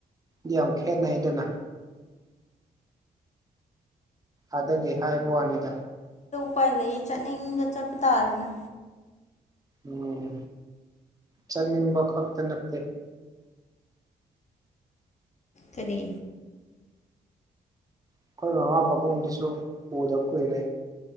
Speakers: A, on the right (about 20°); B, on the left (about 40°).
A: ꯏ ꯌꯥꯝ ꯈꯦꯔꯩꯗꯅꯅꯥ ꯑꯗꯒꯤꯦ ꯍꯥꯏꯕ ꯋꯥꯅꯤꯗ
B: ꯄꯥꯏ ꯂꯩ ꯆꯅꯤꯡꯒ ꯆꯄꯇꯥꯥꯔꯦꯅ
A: ꯎꯝ ꯆꯠꯅꯤꯡꯕ ꯈꯛꯇ ꯅꯠꯇꯦ
B: ꯀꯔꯤ
A: ꯑꯩꯈꯣꯏ ꯃꯃꯥ ꯄꯥꯕꯨꯡꯗꯨꯁꯨ ꯎꯗꯕ ꯀꯨꯏꯔꯦ